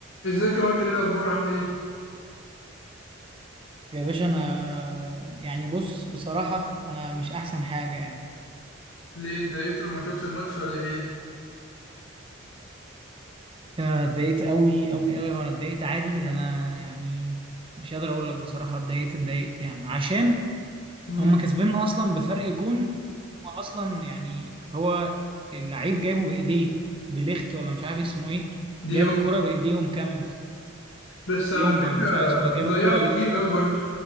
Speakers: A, on the left; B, on the right.
A: ازيك يا مايكل ايه الاخبار عامل ايه
B: يا باشا انا يعني بص بصراحة انا مش احسن حاجة يعني
A: ليه اتضايقت لما شفت الماتش ولا ايه
B: أنا اتضايقت قوي قوي قوي وانا اتضايقت عادي ده انا يعني مش قادر اقول لك بصراحة اتضايقت اتضايقت يعني عشان
A: امم
B: هم كسباننا اصلا بفرق جون هو اصلا يعني هو اللعيب جايبه بايديه دي ليخت ولا مش عارف اسمه ايه
A: دي
B: جايب
A: يومك
B: الكرة بايديه ومكمل
A: بس على
B: يونج
A: فكره
B: ولا مش عارف اسمه ايه جايب
A: ضيعوا
B: الكرة
A: كتير قوي برضو